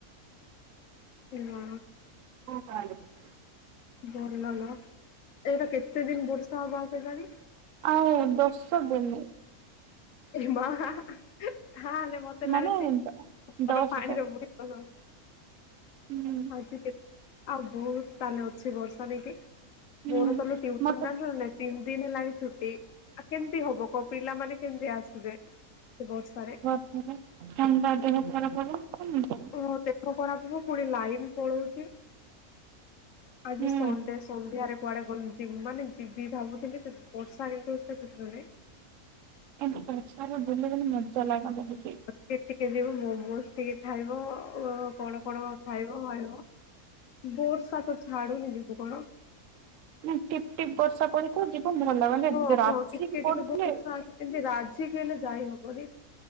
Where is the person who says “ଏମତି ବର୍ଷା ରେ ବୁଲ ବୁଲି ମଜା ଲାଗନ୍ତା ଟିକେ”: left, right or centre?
Right